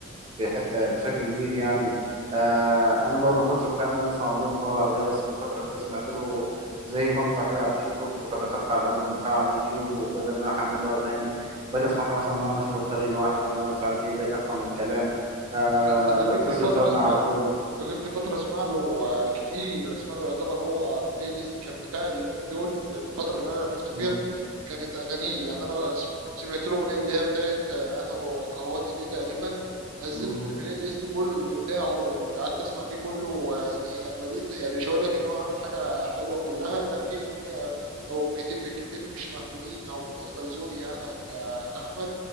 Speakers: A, on the right (about 25°); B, on the right (about 85°).
A: بحته بشكل كبير يعني آه انا برضو ما كنتش اتخيل ان أنا اسمع اغنيه باللغه العربيه بس من فتره كده سمعت له زي مقطع كده على التيك توك فدخلت على الالبوم بتاعه على اليوتيوب وبدات ان انا احمل له اغاني بقيت
B: مم.
A: اسمعها مثلا وانا ماشي في الطريق لوحدي وانا مش عارف ايه بقيت افهم الكلام آه
B: انا انا
A: الاحساس
B: غبت فتره
A: يوصلني
B: اسمع
A: على طول
B: فجبت فترة اسمع له آه، كتير اسمع له يعتبر هو بلاي ليست كان بتاعي اليومين دول الفترة اللي انا عرفته
A: مم،
B: فيها كانت اغانيه يعني انا س- سمعت له اغنية اللي هي بتاعت آه، انا وقهواتي دي تقريبا نزلت
A: مم،
B: البلاي ليست كله اللي بتاعه وقعدت اسمع فيه كله ويعني اغلبية يعني مش هقول لك ان هو عامل حاجة حلوة كلها لا في اغنية او اغنيتين بالكتير مش مقبولين او بالنسبة لذوقي انا كأحمد